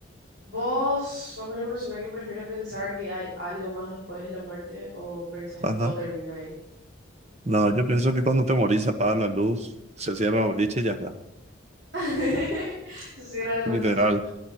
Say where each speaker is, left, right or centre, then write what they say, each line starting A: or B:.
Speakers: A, on the right; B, on the right.
A: ¿Vos sos una persona que prefiere pensar que hay algo más después de la muerte o pensás
B: Ajá.
A: que todo termina ahí?
B: No, yo pienso que cuando te morís, apagas la luz, se cierra el boliche y ya está.
A: <laughs> Se cierra el
B: Literal.
A: boliche.